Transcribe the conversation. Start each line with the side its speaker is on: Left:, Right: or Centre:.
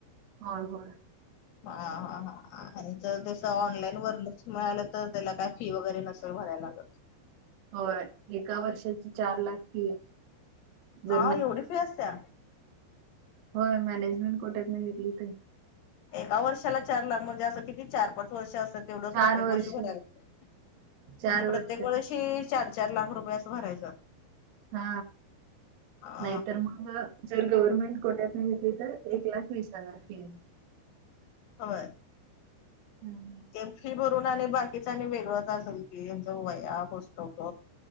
Right: होय होय
Left: हा हा हा आणि जर त्यास ऑनलाईन वरणच मिळालं तर त्याला काय फी वगैरे नसल भरायला लागतात
Right: होय एका वर्षाची चार लाख फी आहे जर
Left: हा
Right: म
Left: एवढी फी असत्या.
Right: हो मॅनेजमेंट कोटात नाही घेतली तर
Left: एका वर्षाला चार लाख म्हणजे असं किती चार पाच वर्ष अस तेवढ
Right: चार
Left: प्रत्येक
Right: वर्ष
Left: वर्षी भरायलाग
Right: चार
Left: म्हणजे
Right: वर्ष
Left: प्रत्येक वर्षी चार चार लाख रुपया अस भरायचं
Right: हा
Left: अ
Right: नाहीतर मग जर गव्हर्नमेंट कोट्यात नाही घेतली तर एक लाख वीस हजार फी आहे
Left: हो
Right: हम्म
Left: एी भरून आणि बाकीच आणि वेगळंच असेल कीच वया पुस्तक